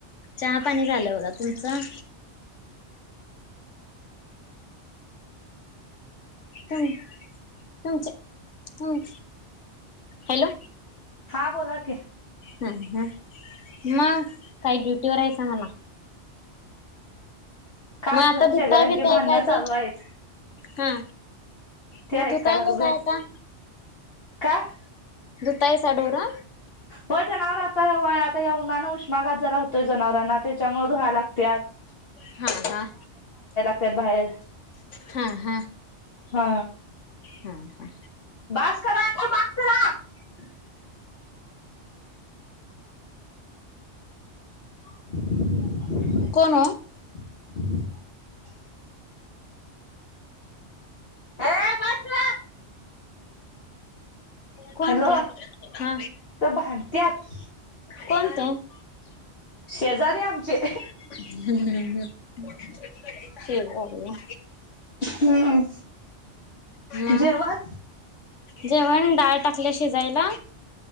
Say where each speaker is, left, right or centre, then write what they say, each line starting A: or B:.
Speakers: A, on the left (about 85°); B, on the left (about 55°).
A: चहा पाणी झालं बघा, तुमचं? तुम तुमचे तुम् हॅलो
B: हा बोला की.
A: हम ह म काय ड्युटीवर हायसा म्हणा.
B: काय
A: मग आता
B: जरा शेजाऱ्यांची
A: धुतांय भीतांय
B: भांडणं
A: काय
B: चालू
A: ते?
B: आहेत
A: हा
B: ते
A: मग
B: ऐका
A: धुताय
B: लागलोय
A: कसं आता?
B: काय?
A: धुताईसा डोरं
B: होय जनावर आता आता या उन्हानं उष्माघात जरा होतोय जनावरांना त्याच्यामुळं धुयाय लागत्यात.
A: हा हा.
B: तर बाहेर
A: हा हा
B: हा
A: हा हा
B: बासं करा आता बासं करा. <inaudible>
A: कोण?
B: <inaudible> ये बास करा.
A: कोण
B: हॅलो
A: ते हा
B: तर भांडत्यात
A: कोण ते? <inaudible>
B: शेजारे आमचे
A: हम्म हम् हम् स अ.
B: हम्म
A: हा
B: जेवण
A: ह जेवण डाळ ल्या शिजायला